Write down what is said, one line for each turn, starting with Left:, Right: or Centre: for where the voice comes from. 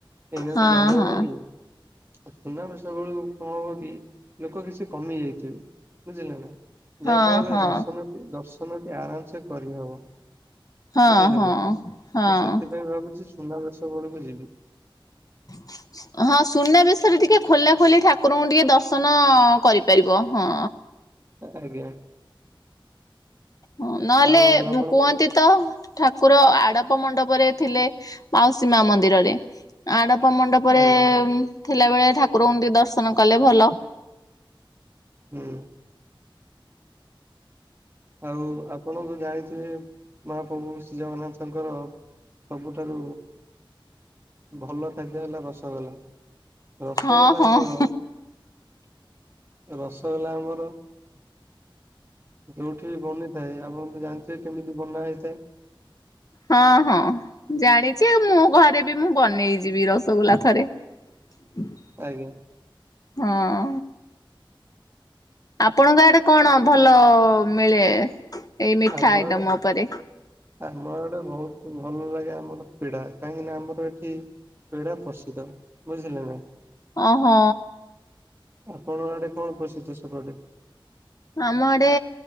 Right: ଏଇନା
Left: ହଁ
Right: ତ ଯାଇହବନି।
Left: ହଁ
Right: ସୁନାବେସ ବେଳକୁ କଣ ହବ କି ଲୋକ କିଛି କମି ଯାଇଥିବେ ବୁଝିଲେ ନା?
Left: ହଁ
Right: ଯାହା ଫଳରେ
Left: ହଁ।
Right: ଦର୍ଶନ ଦର୍ଶନଟି ଆରାମସେ ଦି ହବ
Left: ହଁ
Right: ବୁଝିଲେ
Left: ହଁ
Right: ନା ମୁଁ
Left: ହଁ
Right: ସେଥିପାଇଁ ଭାବୁଚି ସୁନାବେସ ବୋଳୁକୁ ଯିବି।
Left: <inaudible> ହଁ ସୁନାବେଶରେ ଟିକେ ଖୋଲା ଖୋଲି ଠାକୁରଙ୍କୁ ଟିକେ ଦର୍ଶନ କରିପାରିବ ହଁ।
Right: ଆଜ୍ଞା।
Left: ହଁ ନହେଲେ
Right: ଆଉ
Left: ମୁଁ
Right: ଆପଣ
Left: କୁହନ୍ତି ତ ଠାକୁର ଆଡପ ମଣ୍ଡପରେ ଥିଲେ ମାଉସୀ ମା ମନ୍ଦିରରେ। ଆଡ଼ପ ମଣ୍ଡପରେ
Right: ଆଜ୍ଞା
Left: ଥିଲାବେଳେ ଠାକୁରଙ୍କୁ ଟିକେ ଦର୍ଶନ କଲେ ଭଲ।
Right: ହୁଁ। ଆଉ ଆପଣତ ଜାଣିଥିବେ ମହାପ୍ରଭୁ ଶ୍ରୀ ଜଗନ୍ନାଥଙ୍କର। ସବୁଠାରୁ ଭଲ ଖାଦ୍ୟ ହେଲା ରସଗୋଲା। ରସଗୋଲା
Left: ହଁ ହଁ
Right: ଆମର ରସଗୋଲା ଆମର କେଉଠି ବନିଥାଏ ଆପଣ ଜାଣିଥିବେ କେମିତି ବନା ହେଇଥାଏ।
Left: ହଁ ହଁ ଜାଣିଚି ଆଉ ମୋ ଘରେ ବି ମୁଁ ବନେଇଚି ବି ରସଗୋଲା ଥରେ। <inaudible>
Right: ଆଜ୍ଞା।
Left: ହଁ। ଆପଣଙ୍କ ଆଡେ କଣ ଭଲ ମିଳେ ଏଇ ମିଠା
Right: ଆମ
Left: ଆଇଟମ୍
Right: ଆଡେ
Left: ଓପୋରେ।
Right: ଆମ ଆଡେ ବୋହୁତ ଭଲ ଲାଗେ ଆମର ପିଡା କାହିଁକିନା ଆମର ଏଠି ପେଡା ପ୍ରସିଦ୍ଧ ବୁଝିଲେ ନା।
Left: ଅହଁ।
Right: ଆପଣଙ୍କ ଆଡ଼େ କଣ ପ୍ରସିଦ୍ଧ ସେପଟେ।
Left: ଆମ ଆଡ଼େ